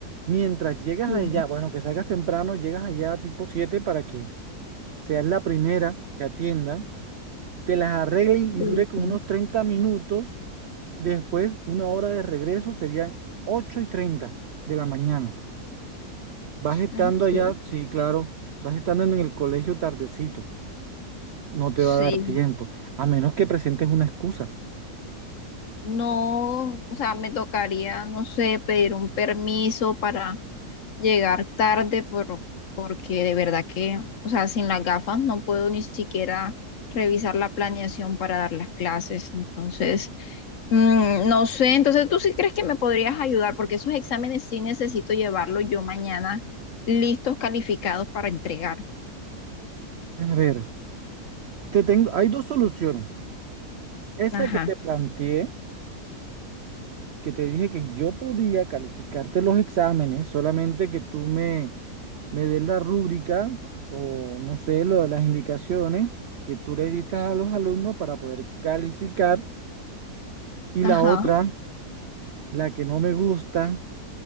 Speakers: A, on the right; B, on the left.
A: Mientras llegas
B: Sí,
A: allá, bueno, que salgas temprano, llegas allá tipo 7 para que seas la primera que atiendan, te las arreglen y
B: puede
A: dure como
B: ser.
A: unos 30 minutos. Después, una hora de regreso serían 8 y 30 de la mañana. Vas estando
B: Ah, Sí,
A: allá, sí, claro, vas estando en el colegio tardecito. No
B: sí.
A: te va a dar tiempo, a menos que presentes una excusa.
B: No, o sea, me tocaría, no sé, pedir un permiso para llegar tarde por, porque de verdad que, o sea, sin las gafas no puedo ni siquiera revisar la planeación para dar las clases. Entonces, mm, no sé, entonces tú sí crees que me podrías ayudar porque esos exámenes sí necesito llevarlos yo mañana listos, calificados para entregar.
A: A ver, te tengo, hay dos soluciones. Esa
B: Ajá,
A: que te planteé, que te dije que yo podía calificarte los exámenes, solamente que tú me, me des la rúbrica o no sé, lo las indicaciones que tú le diste a los alumnos para poder calificar. Y
B: ajá.
A: la otra, la que no me gusta,